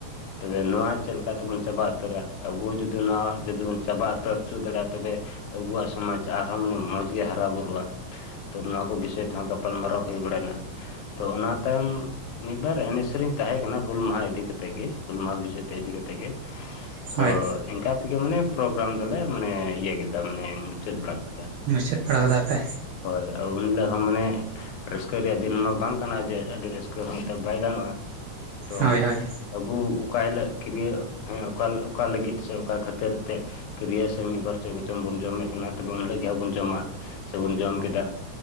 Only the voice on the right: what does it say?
ᱦᱳᱭ
ᱢᱩᱪᱟᱹᱫ ᱵᱟᱲᱟ ᱠᱟᱫᱟ ᱯᱮ᱾
ᱦᱳᱭ ᱦᱳᱭ